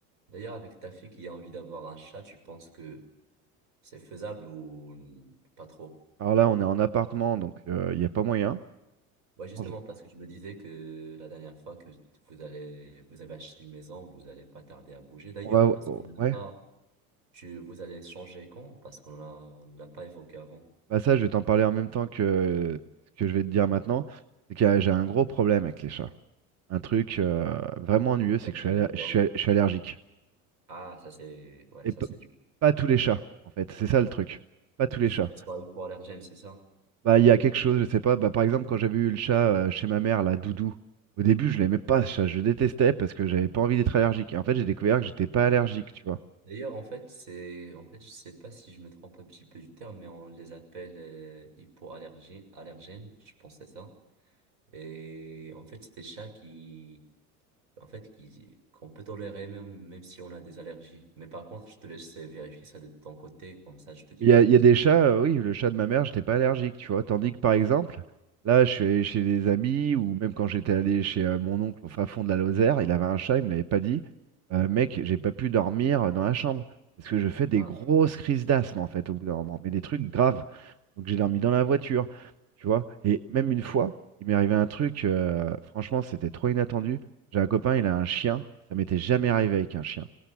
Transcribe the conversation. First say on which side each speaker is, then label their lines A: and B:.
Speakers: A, on the right; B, on the right.
A: d'ailleurs, avec ta fille qui a envie d'avoir un chat, tu penses que c'est faisable ou n- pas trop?
B: Alors là, on est en appartement, donc euh, il n'y a pas moyen.
A: Ouais, justement,
B: On
A: parce que tu me disais que la dernière fois que vous allez, vous avez acheté une maison, vous allez pas tarder à bouger. D'ailleurs,
B: on va,
A: parce
B: oh,
A: que
B: ouais,
A: pas, tu, vous allez changer quand? Parce qu'on a, on ne l'a pas évoqué avant.
B: bah ça, je vais t'en parler en même temps que ce que je vais te dire maintenant, c'est que euh, j'ai un gros problème avec les chats. Un truc euh, vraiment ennuyeux, c'est
A: La
B: que
A: gym,
B: je suis, aller-
A: quoi.
B: je suis, je suis allergique.
A: Ah, ça c'est, ouais,
B: Et
A: ça
B: p-
A: c'est du
B: pas tous les chats, en fait. C'est ça le truc. Pas tous
A: Il
B: les
A: faut
B: chats.
A: disparaître pour allergène, c'est ça?
B: Bah, il y a quelque chose, je sais pas. Bah, par exemple, quand j'avais eu le chat euh, chez ma mère, là, Doudou, au début, je l'aimais pas, ce chat. Je le détestais parce que j'avais pas envie d'être allergique. Et en fait, j'ai découvert que j'étais pas allergique, tu vois.
A: D'ailleurs, en fait, c'est, en fait, je sais pas si je me trompe un petit peu du terme, mais on les appelle euh, hypoallergènes, allergènes, je pense que c'est ça. Et en fait, c'est des chats qui, en fait, qui, qu'on peut tolérer même, même si on a des allergies. Mais par contre, je te laisse vérifier ça de ton côté, comme ça, je te dis
B: Il
A: pas
B: y a,
A: de
B: il
A: bêtises.
B: y a des chats, euh, oui, le chat de ma mère, j'étais pas allergique, tu vois. Tandis que par exemple, là, je suis allé chez des amis, ou même quand j'étais allé chez euh, mon oncle au fin fond de la Lozère, il avait un chat, il me l'avait pas dit. Euh, mec, j'ai pas pu dormir euh, dans la chambre. Parce que je fais des
A: Ah,
B: grosses crises d'asthme, en fait, au bout d'un moment, mais des trucs graves. Donc j'ai dormi dans la voiture, tu vois. Et même une fois, il m'est arrivé un truc, euh, franchement, c'était trop inattendu. J'ai un copain, il a un chien. Ça m'était jamais arrivé avec un chien.